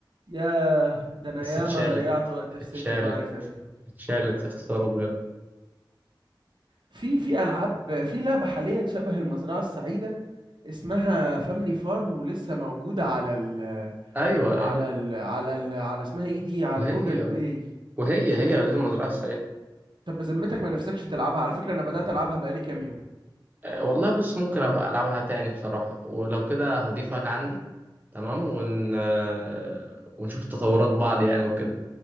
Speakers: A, on the right (about 70°); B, on the right (about 20°).
A: يا ده انا
B: بس
A: ياما
B: اتشالت
A: ضيعت وقت في
B: اتشالت
A: سيف المعرفة دي
B: اتشالت يا خسارة بجد
A: في في العاب في لعبة حاليا شبه المزرعة السعيدة اسمها فاملي فارم ولسه موجودة على ال
B: أيوه
A: على
B: أيوه
A: ال... على ال... على اسمها ايه دي على
B: وهي
A: جوجل بلاي
B: وهي هي دي المزرعة السعيدة
A: طب بذمتك ما نفسكش تلعبها على فكرة انا بدأت العبها بقالي كام يوم
B: آه، والله بص ممكن ابقى العبها تاني بصراحة ولو كده هضيفك عندي تمام ون... آه، ونشوف تطورات بعض يعني وكده